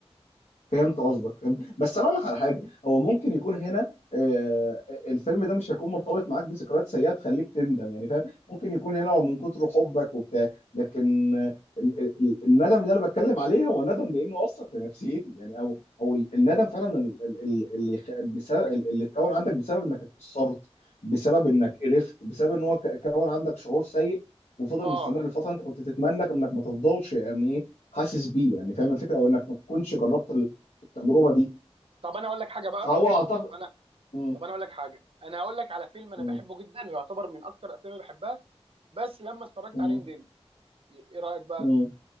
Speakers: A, on the left (about 90°); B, on the right (about 55°).
A: فهمت قصدك فهمت بس انا اقول لك على حاجه هو ممكن يكون هنا آه، الفيلم ده مش هيكون مرتبط معاك بذكريات سيئه تخليك تندم يعني فاهم ممكن يكون هنا هو من كتر حبك وبتاع لكن آه، ال- ال- الندم اللي انا بتكلم عليه هو ندم لانه اثر في نفسيتي يعني او او ال- الندم فعلا ال- ال- ال- اللي خ- بسبب ال- اللي اتكون عندك بسبب انك اتاثرت بسبب انك قرفت بسبب ان هو ك- كون عندك شعور سيء وفضل
B: اه
A: مستمر لفتره انت كنت تتمنى انك ما تفضلش يعني ايه حاسس بيه يعني فاهم الفكره او انك ما تكونش جربت التجربه دي
B: طب انا اقول لك حاجه بقى
A: فهو اعتقد
B: وانا
A: مم.
B: طب انا اقول لك حاجه انا هقول لك على فيلم انا
A: مم.
B: بحبه جدا ويعتبر من اكتر افلامي بحبها بس لما اتفرجت
A: مم.
B: عليه ندمت ايه رايك بقى
A: مم.